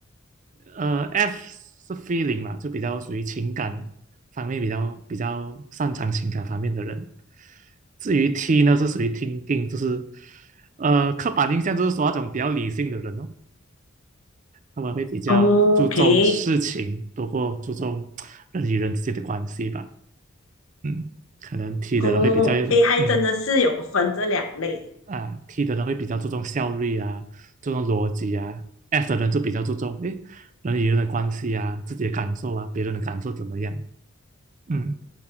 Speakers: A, on the right; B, on the left.
A: 呃，F 是 feeling 嘛，就比较属于情感方面比较比较擅长情感方面的人。至于 T 呢，是属于 thinking，就是呃刻板印象就是说那种比较理性的人哦，他们会比较注重事情，
B: 哦 OK，
A: 多过注重人与人之间的关系吧。嗯，可能 T
B: 哦，
A: 的人会比较嗯
B: 诶，还真的是有分这两类。
A: 啊，T 的人会比较注重效率啊，注重逻辑啊，F 的人就比较注重诶人与人的关系啊，自己的感受啊，别人的感受怎么样？嗯，